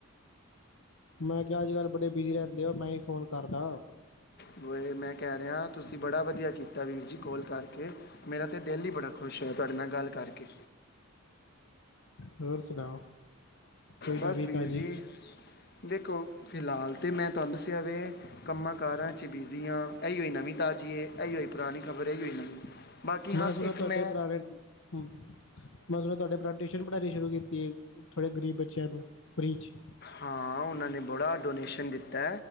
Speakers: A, on the left; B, on the left.
A: ਮੈਂ ਕਿਆ ਅੱਜ ਕੱਲ ਬੜੇ ਬਿਜੀ ਰੈਂਦੇ ਓ ਮੈਂ ਈ ਫੋਨ ਕਰਦਾ।
B: ਵੈਹੇ ਮੈਂ ਕੈ ਰਿਆ ਤੁਸੀਂ ਬੜਾ ਵਧੀਆ ਕੀਤਾ ਵੀਰ ਜੀ ਕਾੱਲ ਕਰਕੇ ਮੇਰਾ ਤਾਂ ਦਿਲ ਈ ਬੜਾ ਖੁਸ਼ ਹੋਇਆ ਤੁਹਾਡੇ ਨਾਲ ਗੱਲ ਕਰਕੇ
A: ਹੋਰ ਸੁਣਾਓ। ਕੋਈ ਨਵੀਂ
B: ਬਸ ਵੀਰ
A: ਤਾਜੀ
B: ਜੀ। ਦੇਖੋ ਫਿਲਹਾਲ ਤਾਂ ਮੈਂ ਤੁਹਾਨੂੰ ਦੱਸਿਆ ਵੇ ਕੰਮਾਂ ਕਾਰਾਂ 'ਚ ਬਿਜ਼ੀ ਹਾਂ ਇਹੀ ਹੋਈ ਨਵੀਂ ਤਾਜ਼ੀ ਏ। ਇਹੀਉ ਪੁਰਾਣੀ ਖਬਰ ਇਹੀਉ ਨਵੀਂ ਬਾਕੀ
A: ਮੈਂ
B: ਹਾਂ
A: ਸੁਣਿਆ
B: ਇੱਕ
A: ਤੁਹਾਡੇ
B: ਮੈਂ
A: ਭਰਾ ਨੇ ਮੈਂ ਤੁਹਾਡੇ ਭਰਾ ਟਿਊਸ਼ਨ ਪੜ੍ਹਾਣੀ ਸ਼ੁਰੂ ਕੀਤੀ ਥੋੜੇ ਗਰੀਬ ਬੱਚਿਆਂ ਨੂੰ ਫਰੀ 'ਚ
B: ਹਾਂ ਉਨਾਂ ਨੇ ਬੜਾ ਡੋਨੇਸ਼ਨ ਦਿੱਤਾ।